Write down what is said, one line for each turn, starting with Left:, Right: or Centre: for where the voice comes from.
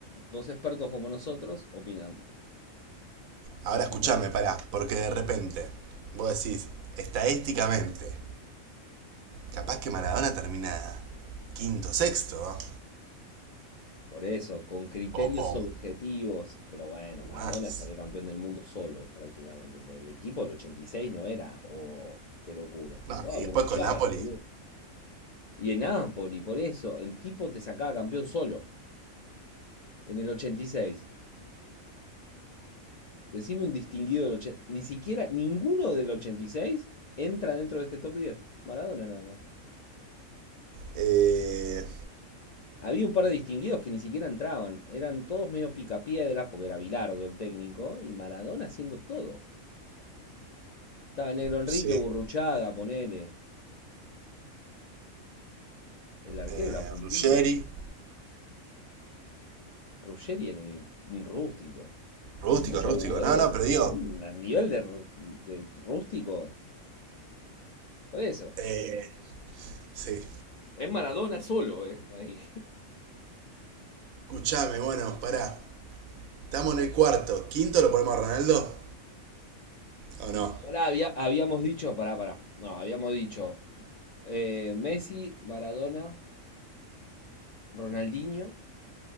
Left: Dos expertos como nosotros opinando.
Right: Ahora
Left: Así
Right: escuchame,
Left: que bueno,
Right: pará, porque de repente vos decís, estadísticamente, capaz que Maradona termina quinto, sexto, ¿no?
Left: por eso, con criterios
Right: o, o
Left: objetivos, pero bueno,
Right: o
Left: Maradona
Right: más.
Left: salió campeón del mundo solo prácticamente, porque el equipo del 86 no era, oh, qué locura,
Right: No,
Left: jugaba
Right: y
Left: burruchaga
Right: después con Napoli.
Left: boludo. Y en Napoli por eso, el tipo te sacaba campeón solo, en el 86. Decime un distinguido del 86, ni siquiera ninguno del 86 entra dentro de este top diez Maradona nada más.
Right: Eh,
Left: Había un par de distinguidos que ni siquiera entraban. Eran todos medio picapiedras, porque era Bilardo el técnico, y Maradona haciendo todo. Estaba el negro Enrique,
Right: sí.
Left: Burruchaga, ponele. El arquero
Right: Eh,
Left: era Pumpido.
Right: Ruggeri.
Left: Ruggeri era un, un rústico.
Right: Rústico,
Left: Mucho
Right: rústico.
Left: huevo,
Right: No, no, pero digo.
Left: pero un a nivel de, rú- de rústico. Por eso.
Right: eh, sí.
Left: Es Maradona solo, ¿eh? Ahí.
Right: Escuchame, bueno, pará. Estamos en el cuarto. ¿Quinto lo ponemos a Ronaldo? ¿O no?
Left: Pará, había- habíamos dicho, pará, pará. No, habíamos dicho eh, Messi, Maradona, Ronaldinho,